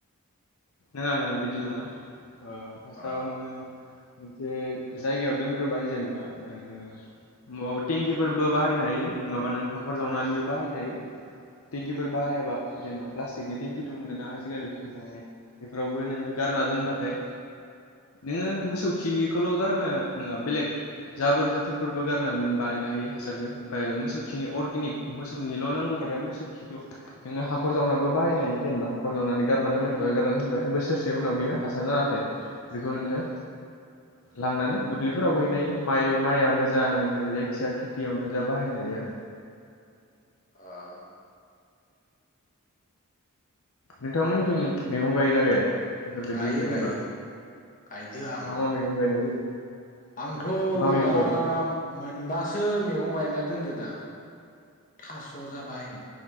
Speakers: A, on the left; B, on the left.
A: नोङा नोङा बिदि नङा ओ फार्स्टाव
B: अ
A: नोङो मोनसे जायगायाव दोनग्रोबाय जेनेबा नोङो <unintelligible> टेंकिफोरबो बाहायनो हायो नोङाबा नों हाखर जावनानैबो बाहायनो हायो। टेंकिफोर बाहायाबा जेनेबा प्लास्टिकनि टेंकिथ' मोनोना आजिखालि ओमफ्राय बेफोरावबो नोङो गारना दोनबाथाय नोङो मोसौ खिखौल' गारनो नङा बेलेग जाबोर जोथोरफोरबो गारनानै नों बानायनो हायो हासारखो ओमफाय मोसौखिनि अर्गेनिक मोसौनिल' नांगौबाथाय मोसौ खिखौ नोङो हाखर जावनाबो बाहायनो हायो जेनेबा हाखर जावनानै गारना दोनबाय <unintelligible> गारना दोनबाय बोसोरसे उनाव बियो हासार जाना थायो बेखौ नोङो लांनानै दुब्लिफोरावबो हैनो हायो माइ माइयानो जा नोङो जायखिजाया खेथियावनो जा बाहायनो हायो आरो
B: आ
A: नोंथां मोननिथिं मेगं गायोना गाया? बेफोरबायदि
B: गायो
A: जेनेबा
B: गायो गायदो आं
A: मा मा मैगं गायनाय जायो
B: आंथ' गोदाम
A: मा मैगं गायदों
B: मोनबासो मेगं गायना दोनदो दां थास' जाबाय
A: अ